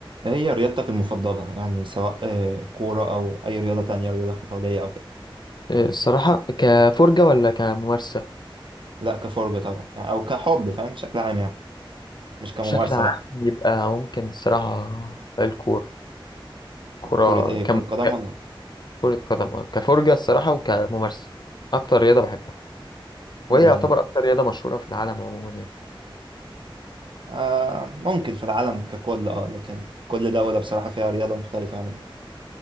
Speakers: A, on the right; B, on the left.
A: هي رياضتك المفضلة يعني سواء آه، كورة أو أي رياضة تانية رياضة قتالية أو كده
B: الصراحة كفرجة ولا كممارسة
A: لا كفرجة طبعا يعني أو كحب فاهم بشكل عام يعني مش كممارسة
B: بشكل عام
A: لا
B: يبقى ممكن الصراحة الكورة كرة
A: ك- كرة إيه
B: كم...
A: كرة قدم
B: ك-
A: ولا
B: كرة قدم آه. كفرجة الصراحة وكممارسة أكتر رياضة بحبها وهي
A: امم
B: يعتبر أكتر رياضة مشهورة في العالم عموما يعني
A: آه ممكن في العالم ككل أه لكن كل دولة بصراحة فيها رياضة مختلفة يعني